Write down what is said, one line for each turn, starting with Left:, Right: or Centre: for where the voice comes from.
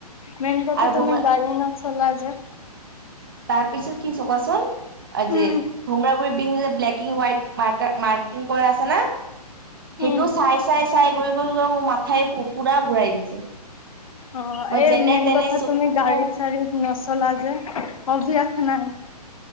Left: মেইন কথা
Right: আৰু
Left: তমি গাড়ী নছলা যে।
Right: তাৰ পিছত কিছো কোৱাচোন, যে
Left: উম
Right: <unintelligible> <unintelligible> ব্লেকিং হোৱাইট মাৰ্কাৰ মাৰ্কিং কৰা আছে না সেইটোৱ
Left: উম
Right: চাই-চাই চাই গৈ- গৈ-গৈ মোৰ মাথাই পুৰা ঘূৰাই দিছে।
Left: অ,
Right: মই
Left: এই
Right: যেনে
Left: মেইন
Right: তেনে
Left: কথা
Right: চকুতো
Left: তুমি গাড়ী চাড়ীত নছলা যে। অভ্যাস নাই